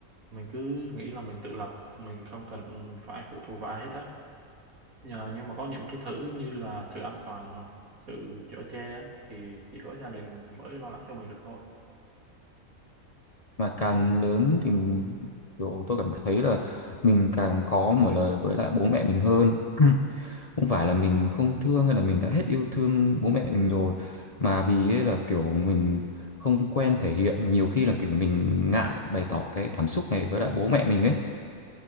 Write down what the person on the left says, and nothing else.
mà càng lớn thì mình- kiểu tôi cảm thấy là mình càng khó mở lời với lại bố mẹ mình hơn <clears throat> không phải là mình không thương hay là mình đã hết yêu thương bố mẹ mình rồi mà vì ấy là kiểu mình không quen thể hiện nhiều khi là kiểu mình ngại bày tỏ cái cảm xúc này với lại bố mẹ mình ấy